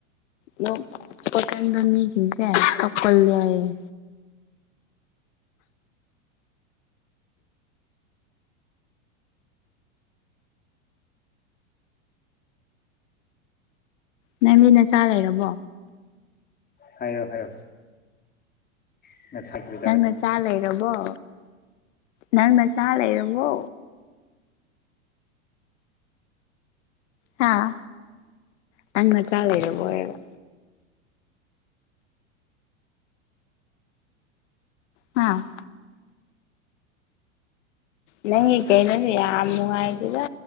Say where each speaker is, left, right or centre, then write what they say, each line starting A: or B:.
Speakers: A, on the left; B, on the left.
A: ꯅꯣꯛꯄ ꯀꯟꯕ ꯃꯤꯖꯤꯡꯁꯦ ꯀꯞꯀꯜꯂꯦ ꯍꯥꯏꯌꯦ꯫ ꯅꯪꯗꯤ ꯅꯆꯥ ꯂꯩꯔꯕꯣ꯫
B: ꯍꯥꯏꯌꯣ ꯍꯥꯏꯌꯣ꯫ <unintelligible>
A: ꯅꯪ ꯅꯆꯥ ꯂꯩꯔꯕꯣ ꯅꯪ ꯅꯆꯥ ꯂꯩꯔꯕꯣ꯫ ꯍꯥꯥ ꯅꯪ ꯅꯆꯥ ꯂꯩꯔꯕꯣ ꯍꯥꯏꯔꯒ꯫ ꯍꯥꯥ꯫ ꯅꯪꯒꯤ ꯀꯩꯅꯣꯁꯦ ꯌꯥꯝ ꯅꯨꯡꯉꯥꯏꯗꯦꯗ꯫